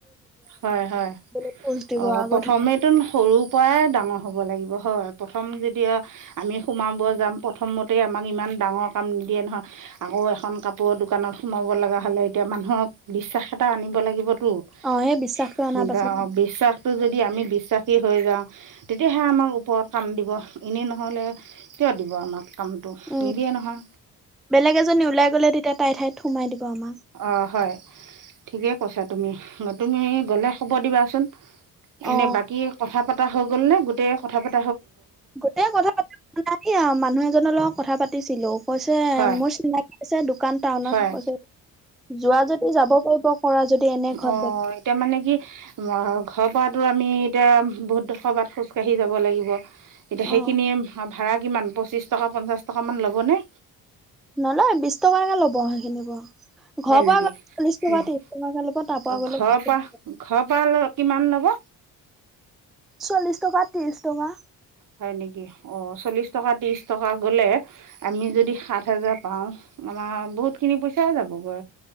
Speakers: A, on the right (about 60°); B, in the centre.
A: হয় হয়
B: বেলেগ পোজ দিব
A: অ',
B: আগতহে
A: প্ৰথমেটো সৰুৰ পৰাই ডাঙৰ হ'ব লাগিব হয় প্ৰথম দিয়া আমি সোমাব যাম প্ৰথমতেই আমাক ইমান ডাঙৰ কাম নিদিয়ে নহয়, আকৌ এখন কাপোৰৰ দোকানত সোমাব লগা হ'লে, এতিয়া মানুহক বিশ্বাস এটা আনিব লাগিব <unintelligible>
B: অ সেই বিশ্বাসটো অনাৰ পাছত
A: বিশ্বাসটো যদি আমি বিশ্বাসী হৈ যাওঁ তেতিয়াহে আমাক ওপৰত কাম দিব এনেই নহ'লে কিয় দিব আমাক। কামটো
B: উম,
A: নিদিয়ে নহয়
B: বেলেগ এজনী ওলাই গলে তেতিয়া তাই ঠাইত থোমাই দিব আমাক
A: অ', হয়। ঠিকেই কৈছা তুমি তুমি গ'লে খবৰ দিবাচোন। এনে
B: অ
A: বাকী কথা পতা হৈ গ'ল নে গোটেই কথা পাত
B: গোটেই কথা পাতা নাই মানুহ এজনৰ লগত কথা পাতিছিলো। কৈছে
A: হয়
B: মোৰ চিনাকি আছে দোকান টাউনত
A: হয়
B: কৈছে যোৱা যদি যাব পাৰিব। কৰা যদি এনে ঘৰত
A: অ',
B: দে
A: এতিয়া মানে কি অ' ঘৰৰ পৰাতো আমি এতিয়া বহুত <unintelligible> খোজকাঢ়ি যাব লাগিব। এতিয়া সেইখিনিয়ে
B: অ
A: ভাড়া কিমান পঁচিশ টকা পঞ্চাশ টকা মান ল'বনে?
B: নলয় বিশ টকাকে ল'ব সেইখিনি পৰা। ঘৰৰ
A: হয়
B: পৰা
A: নেকি
B: গ'লে চল্লিশ টকা
A: অ',
B: ত্ৰিশ টকাকে ল'ব তাৰ পৰা গ'লে
A: ঘৰৰ
B: বিশ টকা
A: পা ঘৰৰ পা কিমান লব?
B: চল্লিশ টকা ত্ৰিশ টকা
A: হয় নেকি অ', চল্লিশ টকা, ত্ৰিশ টকা, গ'লে আমি যদি সাত হাজাৰ পাও আমাৰ বহুত খিনি পইচা যাবগৈ।